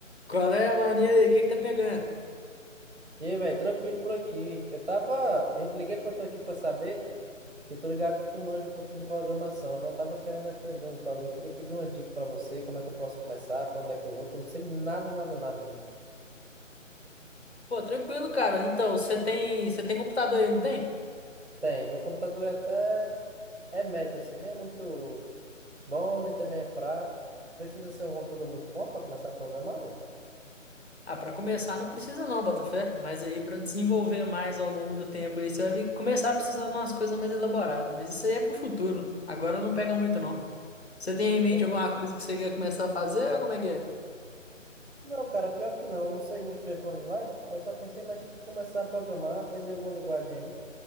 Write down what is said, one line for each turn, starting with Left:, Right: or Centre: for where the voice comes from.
Left: Qual é, mano? E aí, o que que tá pegando?
Right: E aí, velho, tranquilo por aqui. Eu tava. Liguei pra tu aqui pra saber, que eu tô ligado que tu manja um pouquinho de programação, né? Eu tava querendo aprender uns bagulho, queria pedir umas dicas pra você, como é que eu posso começar, pra onde é que eu vou, que eu não sei nada, nada, nada, bicho.
Left: Pô, tranquilo, cara. Então, você tem, você tem computador aí, não tem?
Right: Tem, meu computador é até. É médio, assim, né? É Muito bom, nem também é fraco. Precisa ser um computador muito bom pra começar a programar, não?
Left: Ah, pra começar não precisa não, Botafé. Mas aí pra desenvolver mais ao longo do tempo aí, você vai vir- começar a precisar de umas coisas mais elaboradas. Mas isso aí é pro futuro. Agora não pega muito não. Você tem em mente
Right: Tem.
Left: alguma coisa que você quer começar a fazer ou como é que é?
Right: Não, cara, pior que não, eu não sei muito bem pra onde vai. Aí Eu só pensei, mas tinha que começar a programar, aprender alguma linguagem aí,